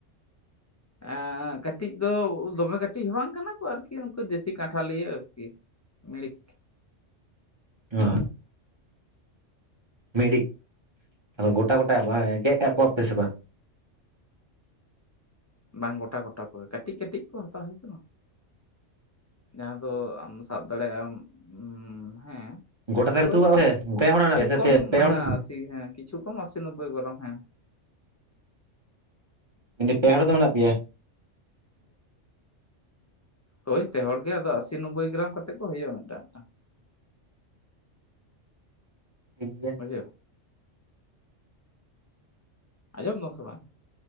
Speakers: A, on the left (about 25°); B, on the right (about 25°).
A: ᱟᱸᱠᱟᱹᱴᱤᱡ ᱫᱚ ᱫᱚᱢᱮ ᱠᱟᱹᱴᱤᱡ ᱦᱚ ᱵᱟᱝ ᱠᱟᱱᱟ ᱠᱚ ᱟᱨᱠᱤ ᱩᱱᱠᱩ ᱫᱮᱥᱤ ᱠᱟᱴᱦᱟ ᱞᱤᱭᱟᱹ ᱟᱨᱠᱤ ᱢᱤᱲᱤᱠ ᱾
B: ᱚ ᱢᱤᱲᱦᱤᱠ ᱟᱫᱚ ᱜᱚᱴᱟ ᱜᱚᱴᱟ ᱵᱟᱝ ᱜᱮᱫ ᱠᱟᱜ ᱠᱚᱣᱟᱯᱮ ᱥᱮ ᱵᱟᱝ
A: ᱵᱟᱝ ᱜᱚᱴᱟ ᱜᱚᱴᱟ ᱠᱚᱜᱮ ᱠᱟᱹᱴᱤᱡᱭ ᱠᱟᱹᱴᱤᱡᱭ ᱠᱚ ᱦᱟᱛᱟᱣ ᱦᱩᱭ ᱟᱠᱟᱱᱟ ᱾ ᱡᱟᱦᱟ ᱫᱚ ᱟᱢ ᱥᱟᱵ ᱫᱟᱲᱮᱭᱟᱜ ᱟᱢ ᱩᱢ ᱦᱮᱸ
B: ᱜᱚᱴᱟ ᱛᱮ ᱩᱛᱩ
A: ᱳᱭ
B: ᱠᱟᱜ ᱯᱮ ᱯᱮ ᱦᱚᱲ ᱢᱮᱱᱟᱜ
A: ᱠᱤᱪᱦᱩ
B: ᱯᱮᱭᱟ ᱥᱮ
A: ᱠᱚᱢ
B: ᱛᱮ ᱯᱮ ᱦᱚᱲ
A: ᱦᱟ ᱟᱥᱤ ᱦᱮᱸ ᱠᱤᱪᱩ ᱠᱚᱢ ᱟᱥᱤ ᱱᱚᱵᱚᱭ ᱜᱨᱟᱢ ᱦᱮᱸ ᱾
B: ᱛᱤᱦᱤᱧ ᱯᱮ ᱦᱚᱲ ᱫᱚ ᱢᱮᱱᱟᱜ ᱯᱮᱭᱟ ᱾
A: ᱦᱳᱭ ᱯᱮᱦᱚᱲ ᱜᱮ ᱟᱫᱚ ᱟᱥᱤ ᱱᱚᱵᱵᱳᱭ ᱜᱮᱨᱟᱢ ᱠᱟᱛᱮᱫ ᱠᱚ ᱦᱩᱭᱩᱜᱼᱟ ᱢᱤᱫᱴᱟᱝ ᱢᱤᱫᱴᱟᱝ ᱾
B: ᱴᱷᱤᱠ ᱜᱮᱭᱟ
A: ᱵᱩᱡᱷᱟᱹᱣ ᱟᱡᱚᱢ ᱫᱟᱢ ᱥᱮ ᱵᱟᱝ?